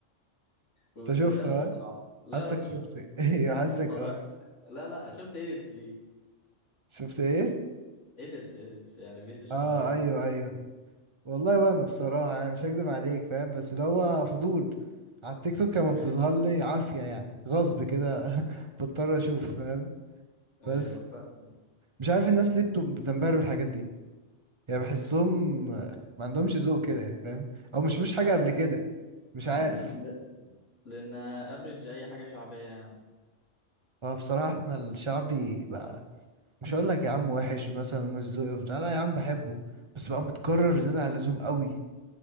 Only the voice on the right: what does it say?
انت شفته ها
حاسك
شفته
<laughs> ايوه حاسك
اه
شفت ايه
اه
ايوه ايوه والله وانا بصراحة يعني مش هكدب عليك فاهم بس اللي هو فضول على التيك توك كان
بتظهر لي عافية يعني غصب كده <laughs> بضطر اشوف فاهم
بس
مش عارف الناس ليه بت- بتنبهر بالحاجات دي يعني بحسهم ما عندهمش ذوق كده يعني فاهم او مش شافوش
حاجة قبل كده مش عارف
هو بصراحة احنا الشعبي بقى مش هقول لك يا عم وحش مثلا ومش ذوقي وبتاع لا يا عم بحبه بس بقى متكرر زيادة عن اللزوم قوي